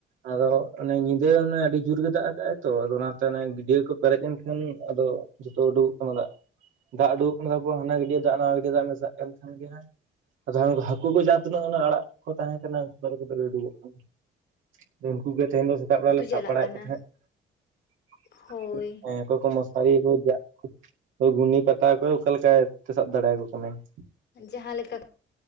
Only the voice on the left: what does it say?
ᱟᱹᱛᱩ
ᱪᱟᱞᱟᱜ
ᱠᱟᱱᱟ
ᱦᱳᱭ
ᱡᱟᱦᱟᱸ ᱞᱮᱠᱟ